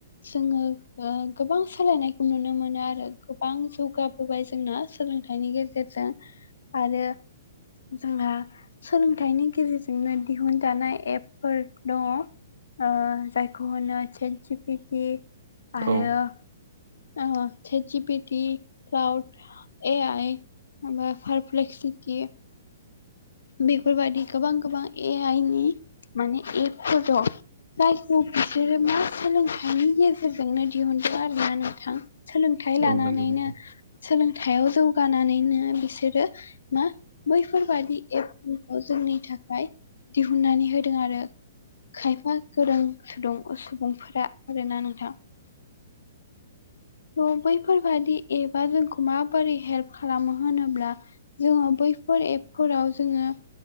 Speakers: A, on the left (about 65°); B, on the right (about 65°).
A: जोङो ओ गोबां सोलायनायखौ नुनो मोनो आरो गोबां जौगाब- हबाय जोंना सोलोंथाइनि गेजेरजों आरो जोंहा सोलोंथाइनि गेजेरजोंनो दिहुनजानाय एपफोर दङ। ओ जायखौ होनो चेटजिपिथि
B: नोंथां
A: आरो
B: औ
A: आं ओ चेटजिपिटि फ्लाउद एआइ बा पारप्लेक्सिटी बेफोरबायादि गोबां गोबां ए आइ नि माने एफोर दं। प्रायचखौ बिसोरो मा सोलोंथाइनि गेजेरजोंनो दिहुनदों आरो ना नोंथां। सोलोंथाइ लानानैनो
B: औ नंगौ नोंथां
A: सोलोंथायाव जौगानानैनो बिसोरो मा बैफोरबादि एप मुं खौ जोंनि थाखाय दिहुननानै होदों आरो खायफा गोरों सुदुं ओ सुबुंफोरा आरोना नोंथां। थ' बैफोरबादि एप आ जोंखौ माबोरै हेल्प खालामो होनोब्ला जोङो बैफोर एपफोराव जोङो